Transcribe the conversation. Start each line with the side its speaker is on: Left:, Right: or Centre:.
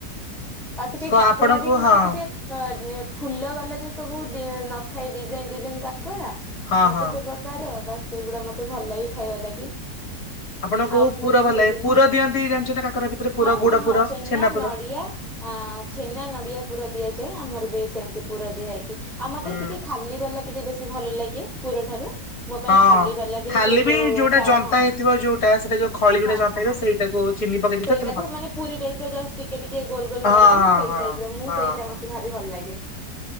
Centre: ଆଉ ଟିକେ
Left: କ
Centre: କାକରା
Left: ଆପଣଙ୍କୁ
Centre: ବି
Left: ହଁ
Centre: ମତେ ଟିକେ। ହ ଫୁଲ ବାଲା ଯୋଉ ସବୁ ନଥାଏ ଡିଜାଇନ ଡିଜାଇନ କାକରା
Left: ହଁ
Centre: ଆ
Left: ହଁ
Centre: କେତେ ପ୍ରକାର। କାର ବାସ୍ ସେଇଗୁଡା ମତେ ଭଲ ଲାଗେ ଖାଇବା ଲାଗି।
Left: ଆପଣଙ୍କୁ
Centre: ଆଉ
Left: କୋଉ
Centre: ପୁରୀ
Left: ପୁର ଭଲ
Centre: ବି ହେଇଥିଲା।
Left: ଲାଗେ ପୁର ଦିଅନ୍ତି ଜାଣିଛନ୍ତି କାକରା ଭିତରେ ପୁର
Centre: ହଁ
Left: ଗୁଡ
Centre: ହଁ
Left: ପୁର
Centre: ହଁ ଛେନା,
Left: ପୁର
Centre: ନଡିଆ। ହ ଛେନା, ନଡିଆ ପୁର ଦିଆଯାଏ ଆମର ବି ସେମିତି। ପୁର ଦିଆ ହେଇକି ଆଉ ମତେ
Left: ହୁଁ
Centre: ଟିକେ ଖାଲି ବାଲା ଟିକେ ବେଶୀ ଭଲ ଲାଗେ ପୁର ଠାରୁ। ମୋ ପାଇଁ
Left: ହଁ।
Centre: ଖାଲି ବାଲା।
Left: ଖାଲି
Centre: ସେଇ ଯୋଉ
Left: ବି ଯୋଉଟା
Centre: ଚା
Left: ଜନ୍ତା
Centre: ହଁ
Left: ହେଇଥିବ ଯଉଟା ସେଟା ଯୋଉ ଖଳି ଯୋଉଟା
Centre: ହଁ
Left: ଜନ୍ତା
Centre: ହଁ
Left: ହେଇଥିବ
Centre: ହଁ
Left: ସେଇଟାକୁ ଚିନି ପକେଇ ଦେଇଥ।
Centre: ସେଇଟାକୁ ମାନେ ପୁରୀ ଟାଇପ ର ଜଷ୍ଟ ଟିକେ ଟିକେ ଗୋଲ ଗୋଲ
Left: ହଁ
Centre: କରିକି
Left: ହଁ
Centre: ସେଇ
Left: ହଁ
Centre: ଟାଇପ ର ମୁଁ
Left: ହଁ
Centre: ସେଇଟା
Left: ହଁ
Centre: ମତେ। ଭାରି ଭଲ ଲାଗେ।